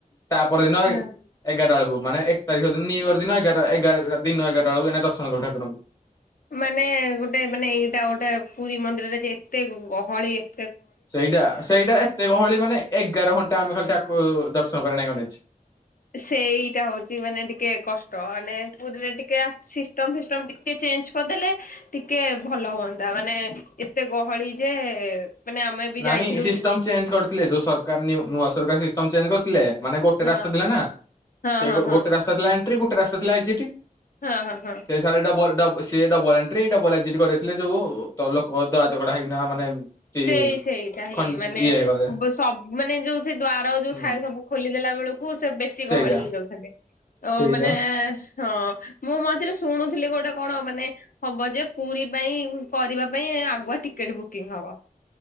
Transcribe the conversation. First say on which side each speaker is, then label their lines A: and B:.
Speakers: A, on the left; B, on the left.
A: ତା ପରଦିନ
B: ହଁ।
A: ଏଗାର ଟା ବେଳକୁ ମାନେ ଏ। <inaudible> ନ୍ୟୁ ଇୟର ଦିନ ଏଗାର ଟା ଏଗାର ଦିନ ଏଗାର ଟା ବେଳକୁ ଦର୍ଶନ କଲୁ ଠାକୁରଙ୍କୁ।
B: ମାନେ ଗୋଟେ ମାନେ ଏଇଟା ଗୋଟେ ପୁରୀ ମନ୍ଦିର ରେ ଯେ ଏତେ ଗହଳି ଏ
A: ସେଇଟା ସେଇଟା ଏତେ ଗହଳି ମାନେ ଏଗାର ଘଣ୍ଟା ଆମେ ଖାଲି ତାକୁ ଦର୍ଶନ କରେ ନାଇଁଛି।
B: ସେଇଟା ହଉଛି ମାନେ ଟିକେ କଷ୍ଟ ମାନେ ପୁରୀରେ ଟିକେ ସିଷ୍ଟମ ଫିଷ୍ଟମ ଟିକେ ଚେଞ୍ଜ କରିଦେଲେ ଟିକେ ଭଲ ହୁଅନ୍ତା। ମାନେ ଏତେ ଗହଳି ଯେ ମାନେ ଆମେ ବି
A: ନାହିଁ
B: ଯାଇଥିଲୁ
A: ସିଷ୍ଟମ ଚେଞ୍ଜ କରିୁଥିଲେ ଯୋଉ ସରକାର ନୂଆ ସରକାର ସିଷ୍ଟମ୍ ଚେଞ୍ଜ କରିଥିଲେ ମାନେ ଗୋଟେ
B: ହଁ
A: ରାସ୍ତା ଥିଲା ନା
B: ହଁ
A: ସେଇ
B: ହଁ ହଁ
A: ଗୋଟେ ରାସ୍ତା ଥିଲା ଏ ଏ ଗୋଟେ ରାସ୍ ଥିଲା ଏକ୍ଜିଟି
B: ହଁ ହଁ ହଁ
A: ସେ ସାର ଡଡ ସିଏ ଡବଲ ଏଣ୍ଟ୍ରି ଡବଲ ଏକ୍ଜିଟ୍ଥିଲେ ଯୋଉ ତଲକ ଦରାଗଡା ହେଇକି ମାନେ ଇଏ
B: ସେଇ ସେଇଟା ହିଁ
A: ଖ
B: ମାନେ
A: ହେଇଗଲେ
B: ସବ ମାନେ ଯୋଉ ସେ ଦ୍ଵାର ଯୋଉ
A: ହୁଁ
B: ଥାଏ ସବୁ ଖୋଲି ନଲାବେଳକୁ କୁ ସେ ବେଶୀ
A: ସେଇଟା
B: ଗହଳି ହେଇ ଯାଉଛନ୍ତି। ଆ
A: ସେଇଟା
B: ମାନେ ହଁ ମୁଁ ମଝିରେ ଶୁଣୁଥିଲି ଗୋଟେ କଣ ମାନେ ହବ ଯେ ପୁରୀ ପାଇଁ କରିବା ପାଇଁ ଆଗୁଆ ଟିକେଟ ବୁକିଂ ହବ।